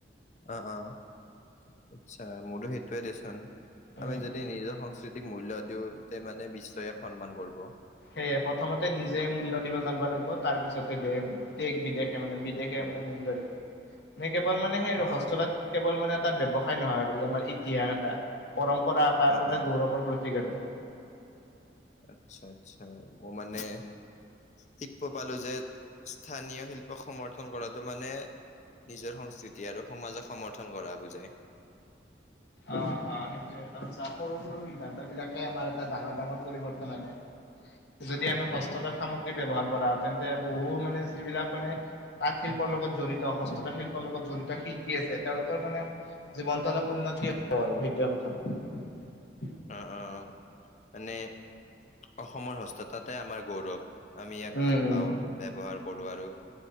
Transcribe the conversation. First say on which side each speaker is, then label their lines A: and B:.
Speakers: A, on the left; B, on the left.
A: অ, অ', আচ্ছা মোৰও সেইটোৱে দেচোন।
B: উম
A: আমি যদি নিজৰ সংস্কৃতিক মূল্য দিওঁ, তে মানে বিশ্বয়ে ইয়াক সন্মান কৰিব।
B: সেয়ে প্ৰথমতে নিজে মূল্য দিব জানিব লাগিব তাৰ পিছতে দে দেশ বিদেশে মানে বিদেশে
A: সেইটোৱে
B: মানে মূল্য দিব মানে কেৱল মানে সেই আৰু
A: অ',
B: হস্তলত কেৱল মানে এটা বৱসায় নহয় আৰু আমাৰ ইতিহাস এটা পৰম্পৰা তাৰ
A: অ',
B: মে
A: অ',
B: গৌৰৱৰ প্ৰতীক আৰু
A: আচ্ছা আচ্ছা ম মানে শিকব পালো যে স্থানীয় শিল্পক সমৰ্থন কৰাটো মানে নিজৰ সংস্কৃতি আৰু সমাজক সমৰ্থন কৰা বুজায়।
B: অ', অ', সেইটোৱে তাৰছ সৰু সৰু সিদ্ধান্ত বিলাকে আমাৰ এটা ডাঙৰ ডাঙৰ পৰিৱৰ্তন আনে।
A: <unintelligible>
B: যদি আমি হস্ততাঁত
A: উম,
B: সামগ্ৰী ব্যৱহাৰ কৰা তেন্তে বহু মানে যিবিলাক মানে তাঁত শিল্পৰ লগত জড়িত, হস্ততাঁ শিল্পৰ লগত জড়িত শি শিকি আছে তেওঁলোকৰ মানে জীৱনটো অলপ উন্নতি হ'ব আৰু সেইটোয়ে কথা
A: অহ অ', মানে অসমৰ হস্ততাঁতে আমাৰ গৌৰৱ। আমি ইয়াক
B: উম,
A: ভাল
B: উম।
A: পাওঁ ব্যৱহাৰ কৰো আৰু